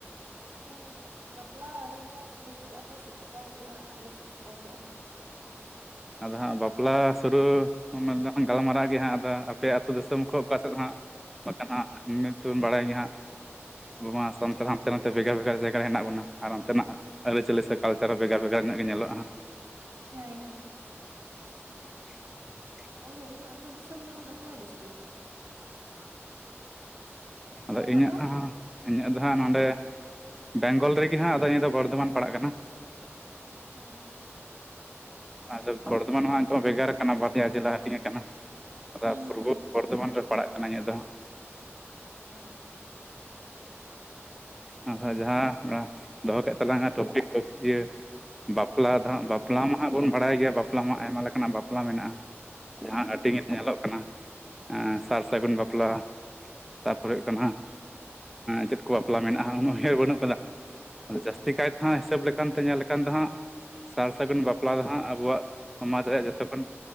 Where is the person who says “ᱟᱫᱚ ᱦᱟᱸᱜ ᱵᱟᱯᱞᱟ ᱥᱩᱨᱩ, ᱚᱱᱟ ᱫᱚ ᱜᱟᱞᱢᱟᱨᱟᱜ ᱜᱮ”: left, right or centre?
Centre